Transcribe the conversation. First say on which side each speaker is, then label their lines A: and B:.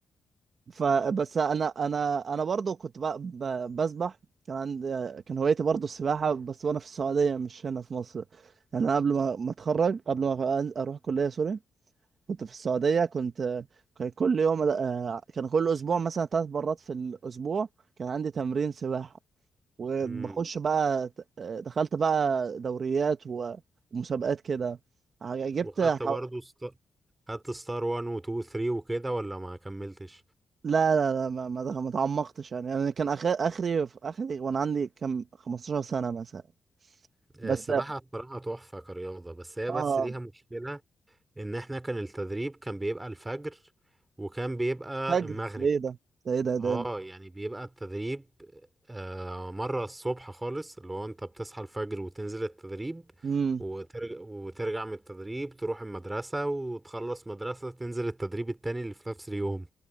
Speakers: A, on the right; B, on the right.
A: فبس انا انا انا برضو كنت بقى ب- بسبح كان عندي كان هوايتي برضو السباحه بس وانا في السعوديه مش هنا في مصر يعني انا قبل ما ما اتخرج قبل ما أن- اروح كليه سوري كنت في السعوديه كنت كان كل يوم آه، كان كل اسبوع مثلا ثلاث مرات في الاسبوع كان عندي تمرين سباحه وبخش
B: امم
A: بقى ت- آه، دخلت بقى دوريات و- ومسابقات كده ع- جبت
B: وخدت
A: ح-
B: برضو ست... خدت ستار 1 و 2 و 3 وكده ولا ما كملتش
A: لا لا لا ما ما ما تعمقتش يعني انا كان اخر اخري في اخري وانا عندي كم 15 سنة مثلا
B: السباحة
A: بس
B: بصراحة تحفة كرياضة بس هي
A: اه
B: بس ليها مشكلة إن إحنا كان التدريب كان بيبقى الفجر وكان بيبقى
A: فجر
B: المغرب
A: ده ايه ده ده ايه ده ده
B: اه يعني بيبقى التدريب آه مرة الصبح خالص اللي هو انت بتصحى الفجر وتنزل التدريب
A: امم
B: وترجع, وترجع من التدريب تروح المدرسة وتخلص مدرسة تنزل التدريب التاني اللي في نفس اليوم